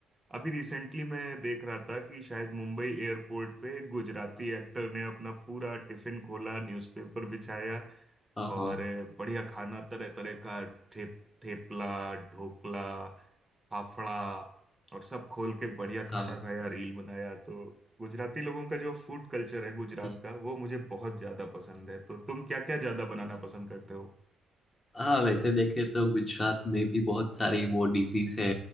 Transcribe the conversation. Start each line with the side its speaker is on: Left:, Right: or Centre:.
Right: अभी रिसेंटली मैं देख रहा था कि शायद मुंबई एयरपोर्ट पे एक गुजराती
Left: हाँ
Right: एक्टर ने अपना पूरा टिफिन खोला न्यूज़पेपर बिछाया
Left: हाँ
Right: और
Left: हाँ
Right: बढ़िया खाना तरह तरह का ठेप थेपला ढोकला फाफड़ा और सब खोल के बढ़िया खाना
Left: हाँ
Right: खाया रील बनाया तो गुजराती लोगों का जो फूड कल्चर है गुजरात
Left: हम्म,
Right: का वो मुझे बहुत ज्यादा पसंद है तो तुम क्या क्या ज्यादा बनाना पसंद करते
Left: हाँ, वैसे देखे तो गुजरात में भी बहुत सारी वो डिशेस है